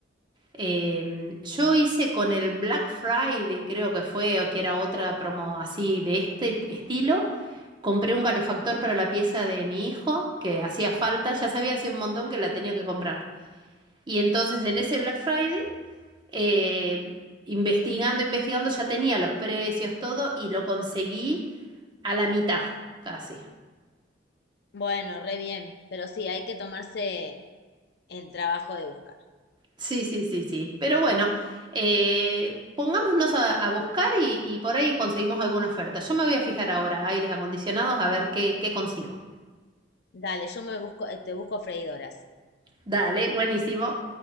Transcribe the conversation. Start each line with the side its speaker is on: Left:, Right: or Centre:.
Right: Em, yo hice con el Black Friday, creo que fue, o que era otra promo así de este estilo. Compré un calefactor para la pieza de mi hijo, que hacía falta, ya sabía hace un montón que la tenía que comprar. Y entonces en ese Black Friday, eh, investigando, investigando, ya tenía los precios, todo, y lo conseguí a la mitad, casi.
Left: Bueno, re bien, pero sí, hay que tomarse el trabajo de buscar.
Right: Sí, sí, sí, sí. Pero bueno, eh, pongámonos a, a buscar y, y por ahí conseguimos alguna oferta. Yo me voy a fijar ahora aires acondicionados a ver qué, qué consigo.
Left: Dale, yo me busco, te busco freidoras.
Right: Dale, buenísimo.